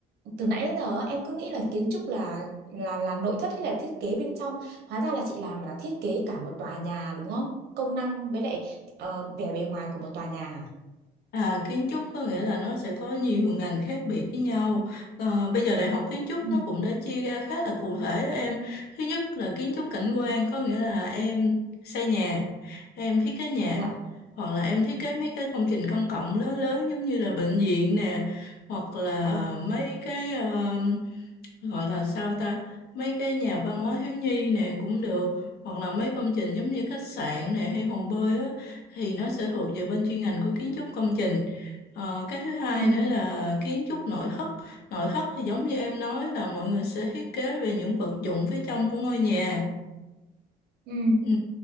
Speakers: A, on the right; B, on the left.
A: từ nãy đến giờ á, em cứ nghĩ là kiến trúc là là là nội thất hay là thiết kế bên trong hóa ra là chị làm là thiết kế cả một tòa nhà đúng không công năng với lại ờ, vẻ bề ngoài của một tòa nhà à?
B: À, kiến trúc có nghĩa là nó sẽ có nhiều ngành khác biệt với nhau. Ờ, bây giờ đại học kiến trúc
A: Ừ.
B: nó cũng đã chia ra khá là cụ thể đó em. Thứ nhất là kiến trúc cảnh quan có nghĩa là em xây nhà, em thiết kế nhà
A: Dạ,
B: hoặc là em thiết kế mấy cái công trình công cộng lớn lớn giống như là bệnh viện nè hoặc là
A: vâng.
B: mấy cái ờ, gọi là sao ta mấy cái nhà văn hóa thiếu nhi nè cũng được hoặc là mấy công trình giống như khách sạn nè hay hồ bơi á thì nó sẽ thuộc về bên chuyên ngành của kiến trúc công trình ờ, cái thứ hai
A: ừ
B: nữa là kiến trúc nội thất nội thất thì giống như em nói là mọi người sẽ thiết kế về những vật dụng phía trong của ngôi nhà
A: ừ
B: Ừ.